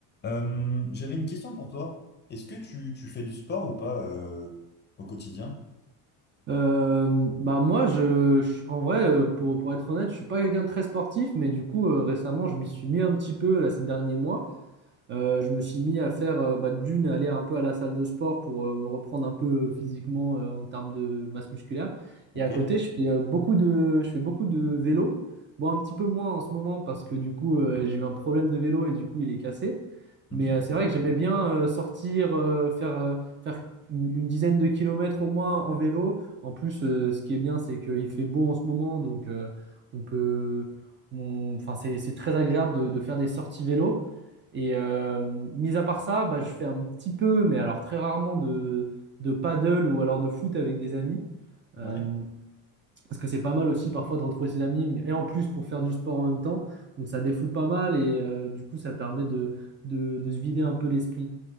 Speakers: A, on the left; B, on the right.
A: Euh, j'avais une question pour toi. Est-ce que tu, tu fais du sport ou pas euh, au quotidien?
B: Euh, bah moi, je, je- en vrai, euh, pour, pour être honnête, je suis pas quelqu'un de très sportif, mais du coup, euh, récemment, je m'y suis mis un petit peu là, ces derniers mois. Euh, je me suis mis à faire euh, bah, d'une, aller un peu à la salle de sport pour euh, me reprendre un peu euh, physiquement euh, en termes de masse musculaire.
A: Ok.
B: Et à côté, je fais euh, beaucoup de, je fais beaucoup de vélo. Bon, un petit peu moins en ce moment parce que du coup, euh, j'ai eu un problème de vélo et du coup, il est cassé.
A: Mhm.
B: Mais euh, c'est vrai que j'aimais bien euh, sortir, euh, faire, euh, faire une, une dizaine de kilomètres au moins en vélo. En plus, euh, ce qui est bien, c'est qu'il fait beau en ce moment, donc euh, on peut, on- enfin, c'est c'est très agréable de de faire des sorties vélo. Et euh, mis à part ça, bah, je fais un petit peu, mais alors très rarement, de, de paddle ou alors de foot avec des amis. Euh,
A: Ouais.
B: parce que c'est pas mal aussi parfois de retrouver ses amis, mais- et en plus pour faire du sport en même temps. Donc ça défoule pas mal et euh, du coup ça permet de, de, de se vider un peu l'esprit.